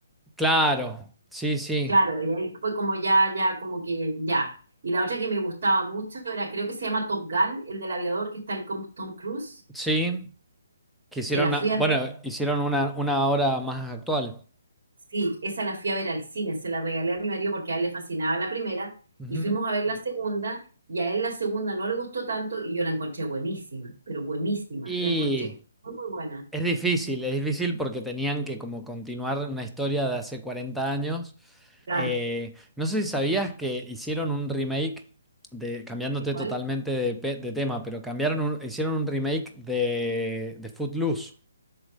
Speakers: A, in the centre; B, on the right (about 55°).
A: Claro, sí, sí,
B: Claro, y ahí fue como ya, ya, como que ya. Y la otra que me gustaba mucho era, creo que se llama Top Gun, el del aviador que está el com- Tom Cruise,
A: sí, que hicieron,
B: que la fui
A: a-
B: a
A: bueno,
B: ver,
A: hicieron una, una obra más actual.
B: sí, esa la fui a ver al cine, se la regalé a mi marido porque a él le fascinaba la primera,
A: Ujú.
B: y fuimos a ver la segunda, y a él la segunda no le gustó tanto, y yo la encontré buenísima, pero buenísima,
A: Y
B: la encontré muy, muy buena.
A: Es difícil, es difícil porque tenían que como continuar una historia de hace 40 años.
B: Claro,
A: Eh, no sé si sabías que hicieron un remake de, cambiándote
B: ¿de cuál?
A: totalmente de, pe- de tema, pero cambiaron un- hicieron un remake de, de Footloose.